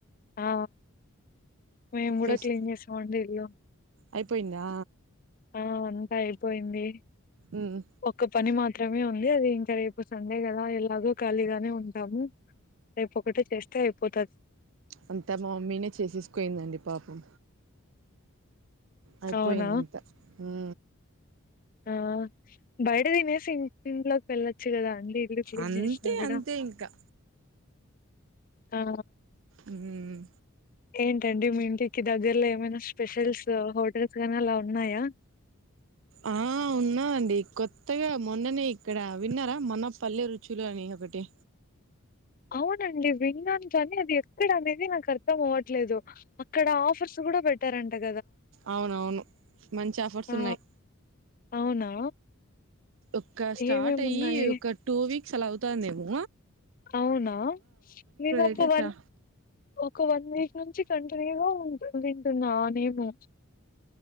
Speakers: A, on the left; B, on the right.
A: ఆ మేమ్ కూడా
B: ఫెస్
A: క్లీన్ చేసామండి ఇల్లు
B: అయిపోయిందా
A: ఆ అంతా అయిపోయింది
B: ఉమ్
A: ఒక్క పని మా మాత్రమే ఉంది అది ఇంకా రేపు సండే కదా ఎలాగో ఖాళీగానే ఉంటాము రేప్ ఒకటే చేస్తే అయిపోతద్
B: అంతా మా మమ్మీనే చేసేస్కుయిందండి పాపం అయిపోయినంత
A: అవునా?
B: ఉమ్
A: ఆ బయట తినేసి ఇం ఇంట్లోక్ ఏళ్ళొచ్చు కదా ఆన్ డి ఇల్లు క్లీన్
B: అంతే
A: చేసిన కూడా
B: అంతే ఇంకా
A: ఆ
B: ఉమ్
A: ఏంటండి మీ ఇంటిక్ ఈ దగ్గర్లో ఏమైనా స్పెషల్స్ హోటల్స్ గానీ అలా ఉన్నాయా
B: ఆ ఉన్నాయి అండి కొత్తగా మొన్ననే ఇక్కడ విన్నారా మన పల్లె రుచులు అని బుటే
A: అవునండి విన్నాను కానీ అది ఎక్కడ అనేది నాక్ అర్థం అవ్వట్లేదు అక్కడ ఆఫర్స్ కూడా పెట్టారు అంట క
B: అవునవును మంచి ఆఫర్స్
A: ఆ!
B: ఉన్నాయి
A: అవునా?
B: ఒక స్టార్ట్
A: ఏమేమున్నాయి?
B: అయ్యి ఒక టూ వీక్స్ అలా అవ్తందేమో.
A: అవ్నా నేను ఒక
B: అయితే
A: వన్
B: చా
A: ఒక వన్ వీక్. నుంచి కంటిన్యూగా ఉన్ వింటున్నానేమో.